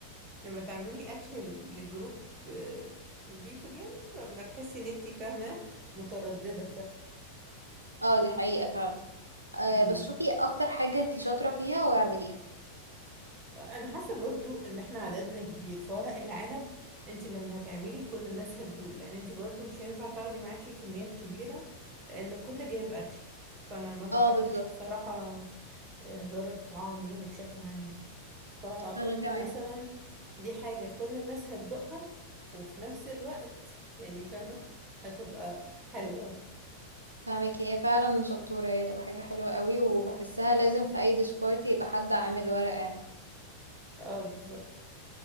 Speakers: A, on the right (about 25°); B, on the right (about 85°).
A: لما تعملي اكل لجروب آه، في بيبول يعني ما تحسي ان انتي فاهمه متردده
B: اه دي حقيقة فعلا أه
A: فاهمه
B: بس شوفي اكتر حاجة انتي شاطرة فيها واعمليها
A: انا حاسه برضو ان احنا عددنا كبير فورق العنب انت لما هتعملي كل الناس هتدوق لان انت برضو مش هينفع تاخدي معاكي كميات كبيره لان الكل جايب اكل فانا ما بحبش
B: اه بالظبط
A: بصراحه اهدار الطعام يعني بشكل عام فقلت
B: انا كمان
A: مثلا دي حاجه كل الناس هتدوقها وفي نفس الوقت يعني فاهمه هتبقى حلوه
B: فاهمك هي فعلا شطورة هي تبقى حاجة حلوة قوي وبحسها لازم في أي ديش بارتي يبقى حد عامل ورق عنب
A: اه بالظبط